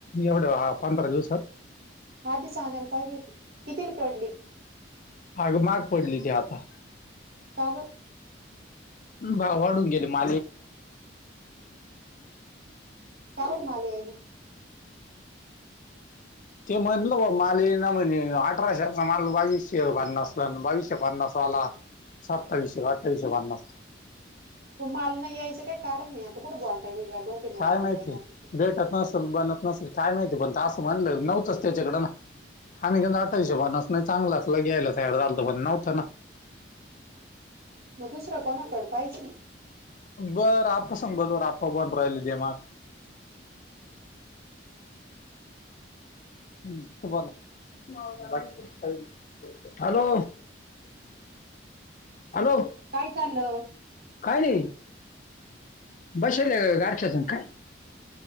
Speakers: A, on the left; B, on the right.
A: एवढ्या पंधरा दिवसात.
B: आधी सांगयला पाहिजे होती कितीला पडली?
A: आग महाग पडली ती आता.
B: का बरं.
A: भाव वाढून गेले. <unintelligible>
B: <unintelligible>
A: ते म्हणलं बा माल येईना म्हणे अठराशेचा माल बावीसशे भांनासला बावीश. पन्नासवाला सत्तावीसशे का अठ्ठावीसशे पन्नास.
B: माल नाही यायचं काही कारण नाही आता कुठं. <unintelligible>
A: काय माहिती भेटत नसेल बनत नसेल काय माहिती पण असं म्हणलं नव्हतंच त्याच्याकड ना. आम्ही <unintelligible> अठ्ठावीसशे पन्नासन नाही चांगला असत तर घ्यायला तयार झालतो पण नव्हतं ना.
B: म दुसरं कोणाकड पाहिचं ना.
A: बरं आता सबजवर आप्पा बांधुन राहिले माग. <unintelligible> हॅलो.
B: <inaudible>
A: हॅलो.
B: काय चाललं
A: काय रे बसेले आहे गारठ्यातच अन काय.